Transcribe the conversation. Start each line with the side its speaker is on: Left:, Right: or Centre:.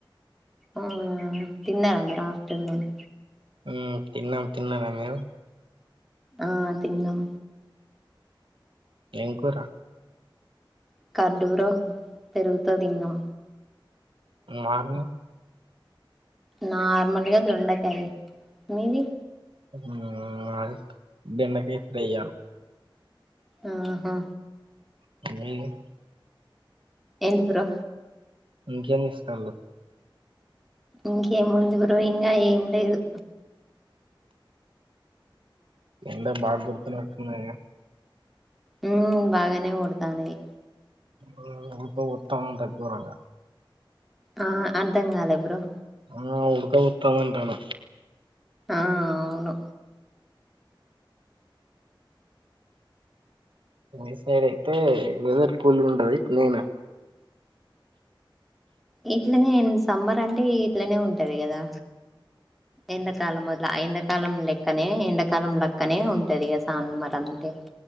Centre: అవునా తిన్నరా మరి ఆఫ్టర్ నూన్
Right: హ్మ్ తిన్నం తిన్నార మీరు
Centre: ఆ తిన్నం
Right: ఎం కుర
Centre: కర్డు్రో పెరుగుతొ తిన్నం
Right: మార్నింగ్ <unintelligible>
Centre: నార్మల్గా దొండకాయ మీది
Right: <unintelligible> హ్మ్ మాది బెండకాయి ఫ్రయ్య
Centre: ఆహా
Right: <unintelligible> <inaudible>
Centre: ఎంటి బ్రో
Right: ఇంకేన్నిస్కళ్ళు
Centre: ఇంకేం ఉంది బ్రో ఇంగా ఏం లేదు
Right: ఇందాక <unintelligible> <inaudible> బాగా గుర్తునటున్నాయే
Centre: ఉ బాగానే కొడతానయి
Right: <unintelligible> <inaudible> ఊ అత గోతవ్ గోరంగా
Centre: ఆ అర్ధం గాలే బ్రో
Right: ఆ ఉడుక బోతంధంటన్న
Centre: ఆ అవును
Right: మీ <inaudible> సైడ్ అయితే వెదర్ కూల్ కూల్గుంటది నేనా
Centre: ఇట్లనే సమ్మర్ అంటే ఇట్లనే ఉంటది గదా ఎంత కాాలం మొదల ఎంత కాలం లెక్కనే ఎండాకాలం లెక్కనే ఉంటది కదా సాానుమార్ అంటే